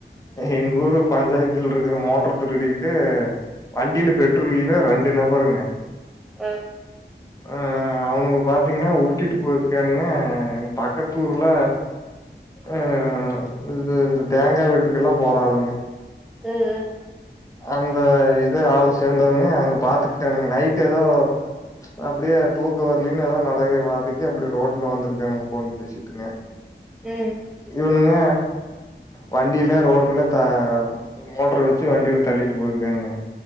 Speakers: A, on the left; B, in the centre.
A: எங்கூரு பஞ்சாயத்துலருக் க்குற மோட்ர திருடிட்டு வண்டில பெட்ரோல் இல்லனா ரெண்டு நபருங்க
B: ஆ
A: அ அ அவனுங்க பாத்தீங்கன்னா உருட்டிட்டு போயிருக்கானுங்க எங்க பக்கத்தூர்ல ம் ம் இது இந்த தேங்கா வீட்டுக்கு எல்லா போறாளுங்க
B: ம்
A: அந்த இது ஆள் சேந்தவுங்க அங்க பாத்துக்குட்டானுங்க நைட் எதோ அப்டியே தூக்கோ வரலேனு ஏதாது நடய பாதைக்கி அப்டி ரோட்ல வந்துருக்கானுங்க ஃபோன் பேசிட்டுங்க
B: ம்
A: இவனுங்க வண்டில ரோட்ல தா மோட்ரு வச்சு ச்சு வண்டில தள்ளிட்டு போயிருக்கானுங்க